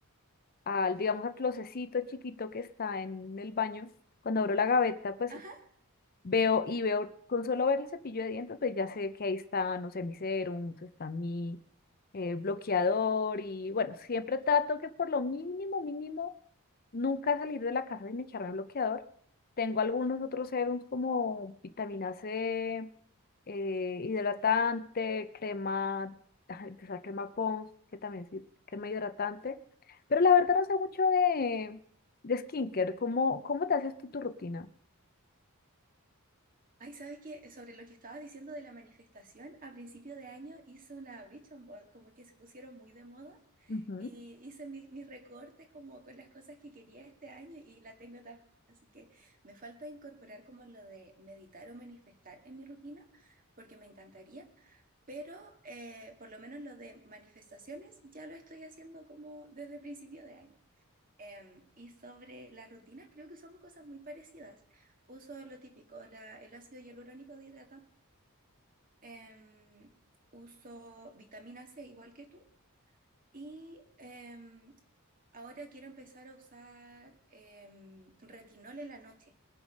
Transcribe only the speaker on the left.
al, digamos, al closecito chiquito que está en el baño, cuando abro la gaveta, pues
veo y veo, con solo ver el cepillo de dientes, pues ya sé que ahí está, no sé, mi serum, está mi eh, bloqueador y bueno, siempre trato que por lo mínimo, mínimo, nunca salir de la casa sin echarme bloqueador. Tengo algunos otros serums como vitamina C, eh, hidratante, crema, ay, o sea, crema Pons, que también sí, crema hidratante. Pero la verdad no sé mucho de, de skincare. ¿Cómo, cómo te haces tú tu rutina?
Ujú.